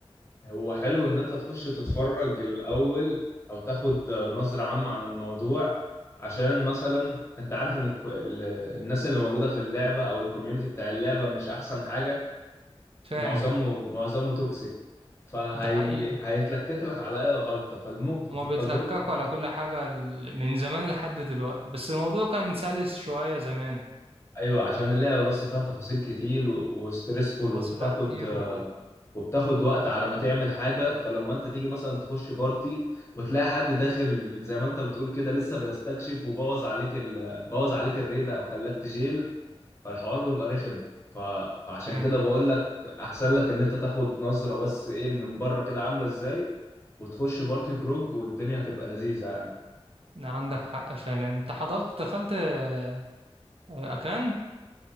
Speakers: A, on the left (about 25°); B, on the right (about 65°).
A: هو حلو ان انت تخش تتفرج الاول او تاخد نظرة عامة عن الموضوع عشان مثلا انت عارف ان الك- ال- الناس اللي موجودة في اللعبة او الكوميونتي بتاع اللعبة مش احسن حاجة
B: فعلا
A: معظمه معظمه توكسيك فهي
B: ده حقيقة
A: هيتلكك لك على اي غلطة فالمج... ففي
B: وما
A: التجربة
B: بيتلككوا على كل حاجة ال- من زمان لحد دلوقتي بس الموضوع كان سلس شوية زمان
A: ايوه عشان اللعبه بس فيها تفاصيل كتير و- وستريسفول
B: تفاصيلها
A: وبتاخد
B: كتير
A: آه،
B: و-
A: وبتاخد وقت على ما تعمل حاجه فلما انت تيجي مثلا تخش بارتي وتلاقي حد داخل زي ما انت بتقول كده لسه بيستكشف وبوظ عليك ال... بوظ عليك الريده او خلاك تجيل فالحوار بيبقى رخم ف... فعشان
B: فعلا
A: كده بقول لك احسن لك ان انت تاخد نظره بس ايه من بره كده عامله ازاي وتخش بارتي بروج والدنيا تبقى لذيذه يعني
B: عندك حق فعلا انت حضرت دخلت آه، آه، اكان